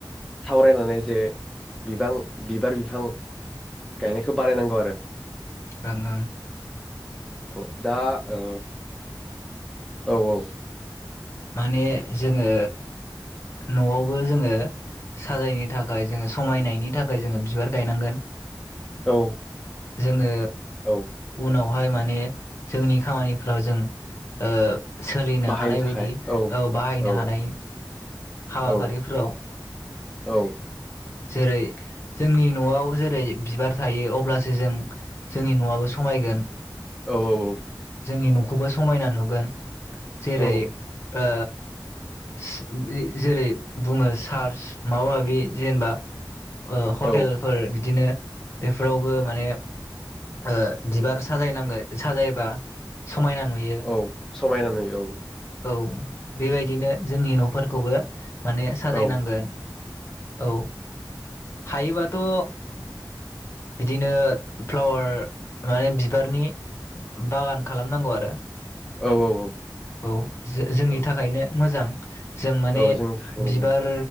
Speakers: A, in the centre; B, on the left.
A: सावरायनानै जे बिबां बिबार बिफां गायनायखौ बारायनांगौ आरो।
B: आरोना
A: औ दा ओ औ औ
B: माने जोङो नआवबो जोङो साजायनो थाखाय जोङो समायनायनि थाखाय जोङो बिबार गायनांगोन।
A: औ
B: जोङो
A: औ
B: उनाव हाय माने जोंनि खामानिफ्राव जों ओ सोलिनो
A: बाहायनो
B: हानाय
A: थाखाय
B: बायदि। औ बाहायनो
A: औ
B: हानाय हाबाफारिफोराव
A: औ औ
B: जेरै जोंनि न'आव जेरै बिबार थायो अब्लासो जों जोंनि न'आबो समायगोन।
A: औ औ औ।
B: नि न'खौबो समायना नुगोन‌। जेरै
A: औ
B: ओ सि बि जेरै बुङो चार्च माबा माबि जेनेबा ओ हटेलफोर
A: औ
B: बिदिनो एफोरावबो माने ओ बिबार साजायनांगोन साजायोबा समायना नुयो।
A: औ समायना नुयो
B: औ बेबायदिनो जोंनि न'फोरखौबो माने साजायनांगोन
A: औ
B: औ। हायोबाथ'ओ बिदिनो फ्लावार माने बिबारनि बागान खालामनांगौ आरो।
A: औ औ औ।
B: औ जो-जोंनि
A: औ
B: थाखायनो मोजां। जों माने
A: औ जोंनि थाखायनो मोजां
B: बिबार